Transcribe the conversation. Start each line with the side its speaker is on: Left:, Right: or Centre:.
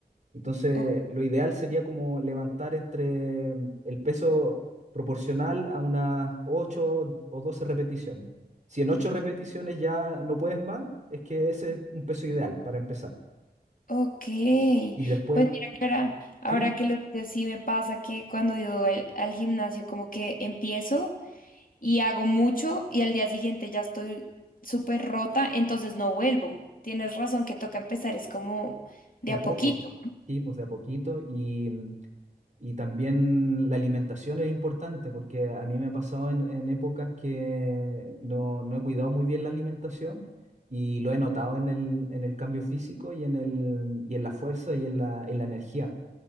Right: Entonces,
Left: Ok,
Right: lo ideal sería como levantar entre mm, el peso proporcional a unas 8 o 12 repeticiones. Si en 8 repeticiones ya no puedes más, es que ese es un peso ideal para empezar.
Left: ok.
Right: Y después,
Left: Pues mira que ahora, ahora
Right: sí,
Left: que lo dices, sí me pasa que cuando yo al, al gimnasio como que empiezo y hago mucho y al día siguiente ya estoy súper rota, entonces no vuelvo. Tienes razón que toca empezar, es como de
Right: de
Left: a
Right: a poco,
Left: poquito.
Right: sí, pues de a poquito. Y, y también la alimentación es importante porque a mí me ha pasado en, en épocas que no, no he cuidado muy bien la alimentación y lo he notado en el, en el cambio físico y en el, y en la fuerza y en la, en la energía.